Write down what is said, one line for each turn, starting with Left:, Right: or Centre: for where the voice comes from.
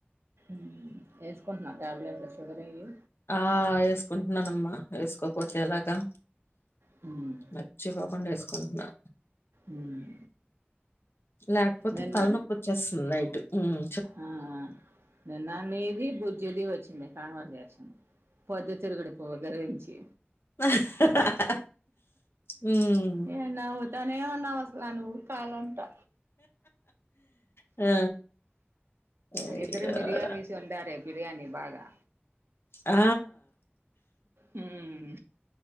Right: మ్మ్ వేసుకుంటున్నా ట్యాబ్లెట్లు షుగర్ అయ్యి
Left: ఆ వేసుకుంటున్నానమ్మా వేసుకోకపోతే యేలగా
Right: అవును
Left: మర్చిపోకుండా యేసుకుంటున్నా
Right: ఉమ్.
Left: లేకపోతే
Right: నిన్న
Left: తలనొప్పి వచ్చేస్తుంది నైటు మ్మ్
Right: ఆ నిన్న నీది బుజ్జిది వచ్చింది కాన్వాజేషన్ పోద్దు తిరుగుడు పువ్వు గురించి
Left: ఆహ్ హ హ ఉన్
Right: ఏ నవ్వుతానే ఉన్నావు అసలు నువ్వు కాల్ అంతా
Left: ఆ అయ్యోరా!
Right: ఇద్దరు మిర్యాలు యేసి వండారే బిర్యానీ బాగా
Left: ఆ
Right: ఉమ్.